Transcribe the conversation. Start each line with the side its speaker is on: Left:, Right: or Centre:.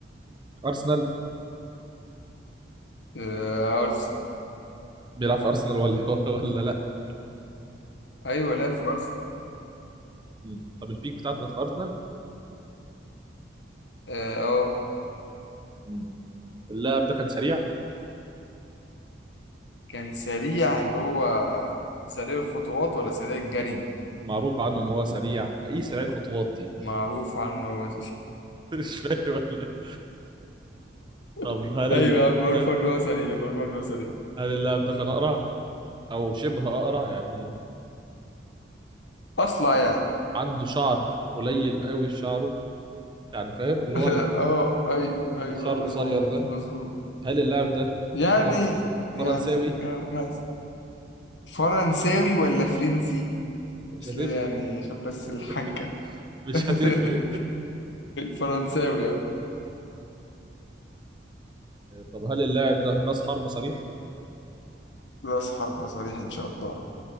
Right: ارسنال
Left: آه ارسنال
Right: بيلعب في ارسنال ولا <laughs> ولا, ولا لا
Left: ايوه لا في ارسنال
Right: امم طب البيك بتاعته كانت في ارسنال
Left: اه آه،
Right: امم اللاعب ده كان سريع
Left: كان سريع اللي هو سريع الخطوات ولا سريع الجري
Right: معروف عنه ان هو سريع ايه سريع الخطوات دي
Left: معروف عنه
Right: <laughs> مش فاهم ولا إيه؟ طب
Left: <laughs>
Right: هل
Left: ايوه
Right: ال...
Left: يا عم، معروف
Right: ده
Left: عنه هو سريع معروف عنه هو سريع
Right: هل اللاعب ده كان اقرع او شبه اقرع يعني
Left: اصلع يعني
Right: عنده شعر قليل قوي في شعره يعني فاهم اللي
Left: <laughs>
Right: هو ال-
Left: اه ايوه ايوه
Right: الشعر القصير
Left: مظبوط
Right: ده
Left: مظبوط
Right: هل اللاعب ده
Left: يعني
Right: فرن...
Left: يعني
Right: فرنساوي
Left: آه، فرنساوي ولا فرنسي
Right: مش
Left: بس
Right: هتفرق
Left: يعني عشان بس الحنكة
Right: <laughs> مش
Left: <laughs>
Right: هتفرق
Left: فرنساوي اه
Right: طب هل اللاعب ده راس حربة صريح
Left: راس حربة صريح ان شاء الله